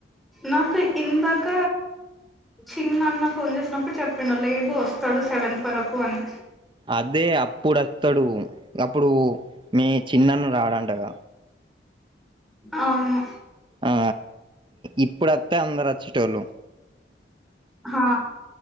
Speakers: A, in the centre; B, on the right.
A: నాకు ఇందాక చిన్నన్న ఫోన్ చేసినప్పుడు చెప్పిండు లేదు వస్తాడు సెవెంత్ వరకు అని
B: అదే అప్పుడొత్తడు అప్పుడు మీ చిన్నన్న రాడంటగా
A: అవును
B: ఆ ఇప్పుడుస్తే అందరు వచ్చెటోళ్ళు
A: హా